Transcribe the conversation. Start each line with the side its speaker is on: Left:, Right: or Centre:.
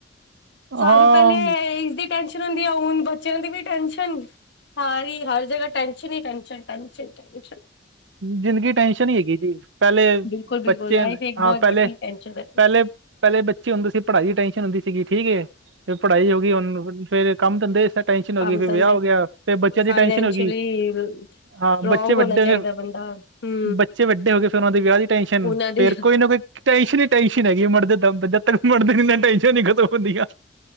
Left: ਸਾਰੂੰ
Right: ਹਾਂ
Left: ਪਹਿਲੇ ਇਸਦੇ। ਟੈਸਨ ਹੁੰਦੀ ਆ ਹੁਣ ਬੱਚਿਆਂ ਦੀ ਵੀ ਟੈਂਸ਼ਨ ਸਾਰੀ ਹਰ ਜਗ੍ਹਾ ਟਸ਼ਨ ਹੀ ਟ। ਚਿੰਤਾ ਹੈਗੀ।
Right: ਜ਼ਿੰਦਗੀ ਟੈਂਸ਼ਨ ਹੀ ਹੈਗੀ ਜੀ ਪਹਿਲੇ
Left: ਬਿਲਕੁਲ-ਬਿਲਕੁਲ
Right: ਬੱਚੇ
Left: ਲਾਈਫ ਇੱਕ
Right: ਹਾਂ
Left: ਬਹੁਤ
Right: ਪਹਿਲੇ।
Left: ਵੱਡੀ ਟੈਨਸ਼ਨ ਹੈ।
Right: ਪਹਿਲੇ ਪਹਿਲੇ ਬੱਚੇ ਹੁੰਦੇ ਸੀ ।ਪੜ੍ਹਾਈ ਦੀ ਟੈਂਨਸ਼ਨ ਹੁੰਦੀ ਸੀ। ਸੀਗੀ ਠੀਕ ਹੈ ਫੇਰ ਪੜ੍ਹਾਈ ਹੋ ਗਈ ਹੁਣ ਫੇਰ ਕੰਮ ਧੰਦੇ। ਟੈਨਸ਼ਨ ਹੋ
Left: ਕੰਮ
Right: ਗਈ ਫਿਰ
Left: ਤਾਂ
Right: ਵਿਆਹ ਹੋ ਗਿਆ ਫਿਰ ਬੱਚਿਆਂ ਦੀ
Left: ਫਾਈਨੈਂਸ਼ਅਲੀ
Right: ਟੈਨਸ਼ਨ ਹੋ ਗਈ
Left: ਸਟਰੋਂਗ
Right: ਹਾਂ ਬੱਚੇ
Left: ਹੋਣਾ
Right: ਵੱਡੇ
Left: ਚਾਹੀਦਾ
Right: ਨੇ
Left: ਬੰਦਾ। ਹਮ <inaudible>
Right: ਬੱਚੇ ਵੱਡੇ ਹੋ ਗਏ ਫੇਰ ਉਹਨਾਂ ਦੀ ਵਿਆਹ ਦੀ ਟੈਨਸ਼ਨ
Left: ਉਹਨਾਂ
Right: ਫੇਰ
Left: ਦੇ
Right: ਕੋਈ ਨਾ ਕੋਈ ਟੈਂਸ਼ਨ ਹੀ ਟੈਸ਼ਨ ਹੈਗੀ ਉਹ ਮਰਦੇ ਦਮ ਤੱਕ ਜਦ ਤੱਕ। ਮਰਦੇ ਨਾਲ ਟੈਂਨਸ਼ਨ ਨੀ ਖਤਮ ਹੁੰਦੀਆਂ।